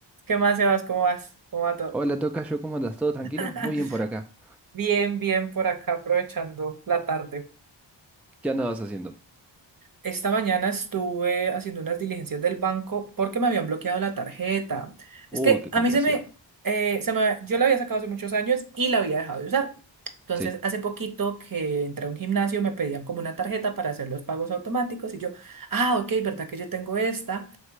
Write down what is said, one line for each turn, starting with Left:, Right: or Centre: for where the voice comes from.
Right: ¿Qué más, Sebas? ¿Cómo vas? ¿Cómo va todo?
Centre: Hola, tocayo, ¿cómo andas? ¿Todo tranquilo?
Right: <laughs>
Centre: Muy bien por acá.
Right: Bien, bien por acá aprovechando la tarde.
Centre: ¿Qué andabas haciendo?
Right: Esta mañana estuve haciendo unas diligencias del banco porque me habían bloqueado la tarjeta.
Centre: Uy,
Right: Es que
Centre: qué
Right: a
Centre: complicación.
Right: mí se me, eh, se me, yo la había sacado hace muchos años y la había dejado de usar. Entonces,
Centre: Sí,
Right: hace poquito que entré a un gimnasio, me pedían como una tarjeta para hacer los pagos automáticos y yo, ah, ok, ¿verdad que yo tengo esta?